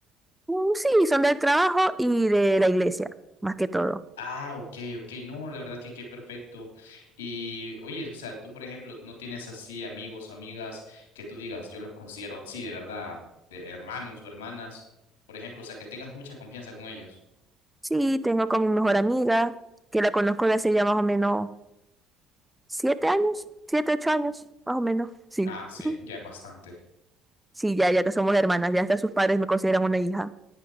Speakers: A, in the centre; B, on the left.
A: Mm, Sí, son del trabajo y de la iglesia, más que todo.
B: Ah, ok, ok, no, la verdad que qué perfecto. Y oye, o sea, tú, por ejemplo, no tienes así amigos o amigas que tú digas, yo los considero, sí, de verdad, de hermanos o hermanas, por ejemplo, o sea, que tengas mucha confianza con ellos.
A: Sí, tengo con mi mejor amiga, que la conozco de hace ya más o menos siete años, siete, ocho años, más o menos. Sí,
B: Ah, sí,
A: <laughs>
B: ya es bastante.
A: sí, ya, ya que somos hermanas, ya hasta sus padres me consideran una hija.